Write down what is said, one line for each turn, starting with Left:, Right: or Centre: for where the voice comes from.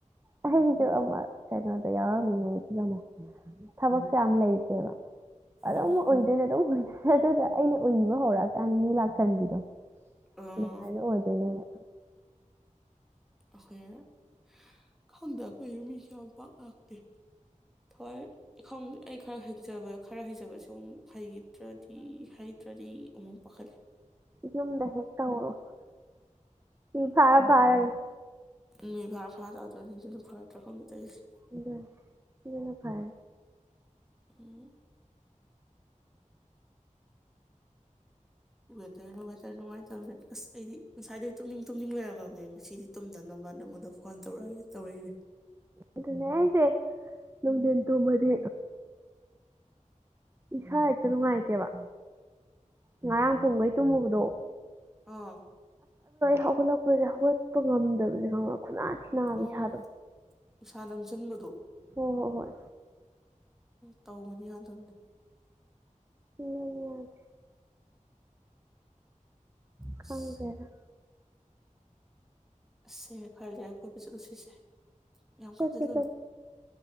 Right: ꯑꯩ ꯍꯧꯖꯤꯛ ꯑꯃ ꯀꯩꯅꯣꯗ ꯌꯥꯎꯔꯝꯃꯤ ꯃꯣꯗꯅ ꯊꯕꯛꯁꯨ ꯌꯥꯝ ꯂꯩꯇꯦꯕ ꯑꯗ
Centre: ꯎꯝ
Right: ꯑꯣꯏꯗꯅꯦꯗ ꯍ ꯍꯦ ꯇꯒ <unintelligible> ꯑꯩꯅ ꯎꯏꯕ ꯍꯧꯔꯛꯑꯀꯥꯟꯗ ꯃꯤ ꯂꯥꯛꯁꯟꯕꯤꯗꯣ
Centre: ꯑꯥ
Right: ꯅꯨꯡꯉꯥꯏꯕ ꯑꯣꯏꯗꯣꯏꯅꯦꯕ
Centre: ꯑꯩꯈꯣꯏ ꯈꯪꯗ ꯑꯩꯈꯣꯏ ꯃꯤꯁꯨꯦ ꯌꯥꯝ ꯄꯥꯛ ꯂꯥꯛꯇꯦ ꯊꯋꯥꯏ ꯑꯩ ꯈꯔ ꯍꯖꯕ ꯈꯔ ꯍꯩꯖꯕꯁꯨ ꯑꯃꯨꯛ ꯍꯩꯈꯤꯗ꯭ꯔꯗꯤ ꯍꯩꯇ꯭ꯔꯗꯤ ꯑꯃꯨꯛ ꯄꯥꯈꯠꯂ
Right: ꯌꯗ ꯍꯦ ꯇ ꯍꯔꯣ ꯐꯥꯔ ꯥꯔꯒ
Centre: ꯅꯣꯏ ꯐꯚꯔ ꯐꯥ ꯇꯧꯗꯣꯏꯅꯤ ꯑꯗꯨꯝ ꯐꯔꯠꯇ꯭ꯔꯥ ꯈꯣꯅ ꯇꯧꯁꯦ
Right: ꯑꯗꯨ ꯏꯅ ꯐꯥꯏ
Centre: ꯎꯝ ꯋꯦꯗꯔꯅꯥ ꯋꯦꯗꯔ ꯅꯨꯪꯉꯥꯏ ꯑꯁ ꯑꯩꯗꯤ ꯉꯁꯥꯏꯗꯩ ꯇꯨꯝꯅꯤꯡ ꯇꯨꯝꯅꯤꯡ ꯂꯩꯔꯝꯃꯒꯦ ꯃꯁꯤꯗꯤ ꯇꯨꯝꯗꯅꯕ ꯅꯪꯉꯣꯟꯗ ꯐꯣꯟ ꯇꯧꯔ ꯇꯧꯔꯛ
Right: ꯑꯗꯨ ꯅꯦ ꯅꯅꯨꯡꯗꯦꯟ ꯇꯣ ꯃꯔꯤ ꯍꯣꯏ ꯅꯨꯡꯉꯥꯏꯇꯦꯕꯥ ꯉꯔꯥꯡ ꯄꯣꯕꯩ ꯇꯃꯕꯗꯣ
Centre: ꯑꯣ
Right: ꯍꯧꯒꯠꯂꯛꯄꯁꯦ ꯍꯧꯒꯠꯄ ꯉꯝꯗꯕꯁꯦ ꯈꯪꯛꯄ ꯈꯨꯂ ꯊꯤꯅꯥꯕꯤ
Centre: ꯑꯧ
Right: ꯁꯥꯥꯗꯣ
Centre: ꯏꯁꯥ ꯅꯝꯁꯤꯟꯕꯗꯣ
Right: ꯍꯣꯏ ꯍꯣ ꯍꯣꯏ
Centre: ꯇꯧꯧꯕꯅꯤ ꯌꯥꯗꯕꯗꯤꯦ
Right: ꯅꯅꯌꯥꯔ ꯀꯪꯔꯔ
Centre: ꯑꯁ ꯑꯁꯦ ꯈꯔ ꯂꯩꯔ ꯑꯩꯈꯣꯏꯕ ꯆꯠꯂꯨꯁꯤꯁꯦ ꯌꯥꯝ
Right: ꯆꯠꯁꯦ
Centre: ꯈꯟꯖꯤꯜꯂꯨꯅꯨ
Right: ꯆꯠꯁꯦ